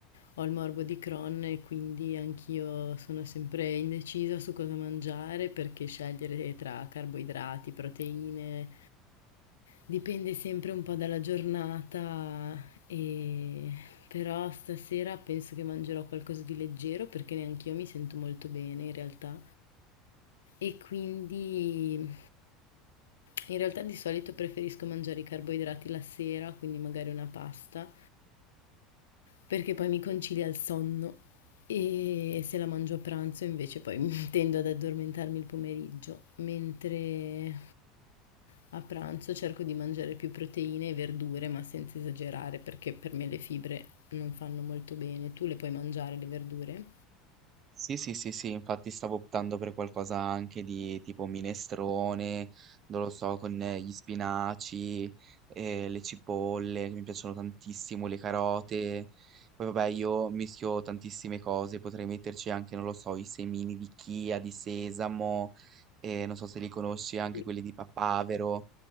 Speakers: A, on the left; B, on the right.
A: ho il morbo di Crohn e quindi anch'io sono sempre indecisa su cosa mangiare perché scegliere tra carboidrati, proteine, dipende sempre un po' dalla giornata e però stasera penso che mangerò qualcosa di leggero perché neanch'io mi sento molto bene in realtà. E quindi in realtà di solito preferisco mangiare i carboidrati la sera, quindi magari una pasta, perché poi mi concilia il sonno e se la mangio a pranzo invece poi <laughs> tendo ad addormentarmi il pomeriggio, mentre a pranzo cerco di mangiare più proteine e verdure, ma senza esagerare, perché per me le fibre non fanno molto bene. Tu le puoi mangiare le verdure?
B: Sì, sì, sì, sì, infatti stavo optando per qualcosa anche di tipo minestrone, non lo so, con eh, gli spinaci, eh, le cipolle, che mi piacciono tantissimo, le carote. Poi vabbè, io mischio tantissime cose, potrei metterci anche, non lo so, i semini di chia, di sesamo, eh, non so se li conosci, anche
A: Sì.
B: quelli di papavero.